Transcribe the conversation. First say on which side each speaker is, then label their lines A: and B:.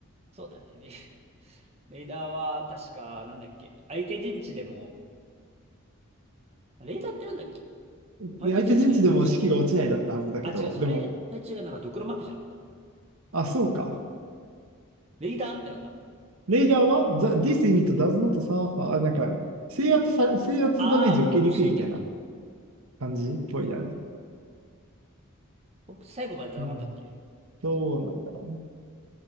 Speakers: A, on the right (about 30°); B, on the right (about 80°).
A: そうだね。レレイダーは確か、なんだっけ。相手陣地でも、レイダーってなんだっけ相手陣地でも降伏しないんだっけ
B: で相手陣地でも士気が落ちないだったはずだけど、
A: あ、違う、それ、
B: でも、
A: それ違う、なんかドクロマークじゃなかった。
B: あ、そうか。
A: レイダーってなんだ。
B: レイダーは、the, this unit does not suffer, あなんか、制圧さ、制圧ダメージを受けにくいみたいな
A: ああ、降伏しないんだっけ
B: 感じっぽいだね。
A: 降伏最後まで戦うんだっけ
B: うん。そうなんだな。